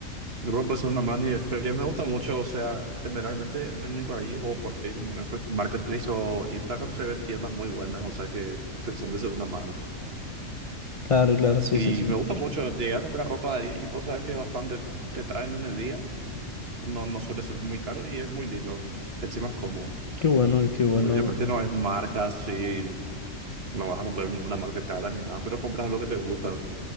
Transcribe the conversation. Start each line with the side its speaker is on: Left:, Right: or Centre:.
Right: Luego pues una mano y de feria me gusta mucho, o sea, generalmente en mi país o por Facebook Mar- Marketplace o Instagram se ven tiendas muy buenas, o sea que que se me hace una mano.
Left: Claro, claro, sí,
Right: Y
Left: sí, sí.
Right: me gusta mucho llegar a comprar ropa ahí y vos sabes que bastante te traen en el día, no, no suele ser muy caro y es muy lindo, encima es cómodo.
Left: Qué bueno, y qué bueno.
Right: Obviamente no es marca así, no vas a comprar ninguna marca cara ni nada, pero compras lo que te gusta,